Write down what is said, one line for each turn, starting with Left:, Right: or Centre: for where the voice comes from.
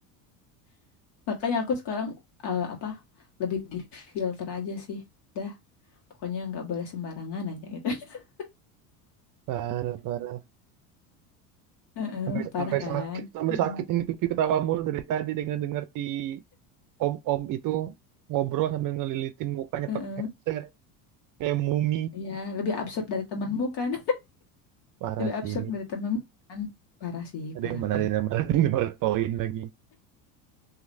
Left: Makanya aku sekarang eh, apa lebih di filter aja sih. Dah, pokoknya nggak boleh sembarangan aja gitu. <laughs>
Right: parah parah
Left: Heeh,
Right: Sampai,
Left: parah
Right: sampai
Left: kan?
Right: sakit, sampai
Left: mm
Right: sakit ini pipi ketawa mulu dari tadi dengan dengar si om-om itu ngobrol sambil ngelilitin mukanya
Left: heeh.
Right: pakai headset kayak mumi.
Left: Iya, lebih absurd dari temenmu kan?
Right: Parah
Left: lebih
Right: sih
Left: absurd
Right: ini.
Left: dari temen kan parah sih
Right: Ada
Left: parah
Right: yang mana
Left: kan
Right: ada yang mana poin lagi.